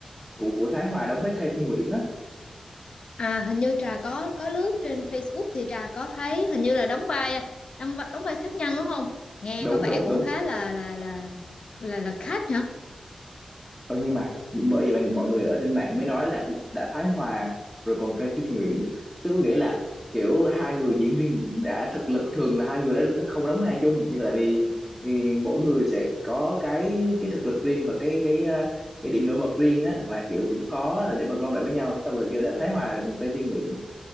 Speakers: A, in the centre; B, on the left (about 55°).
A: của của Thái Hòa đóng với Cây Thiên Nguyễn á
B: à hình như trà có có lướt trên Facebook thì trà có thấy hình như là đóng vai đóng, vai- đóng vai sát nhân đúng không nghe
A: đúng
B: có vẻ
A: đúng
B: cũng
A: đúng
B: khá là là là là là khách hả
A: Ờ, nhưng mà bởi vậy mà mọi người ở trên mạng mới nói là đã thái hòa rồi còn Cây Thiên Nguyễn tức có nghĩa là kiểu hai người diễn viên đã thực lực thường là hai người đó không đóng vai chung nhưng mà tại vì ừ, mỗi người sẽ có cái cái thực lực riêng và cái cái ờ, cái điểm nổi bật riêng á mà kiểu cũng khó là để mà gom lại với nhau xong rồi kêu đã thái hòa rồi còn Cây Thiên Nguyễn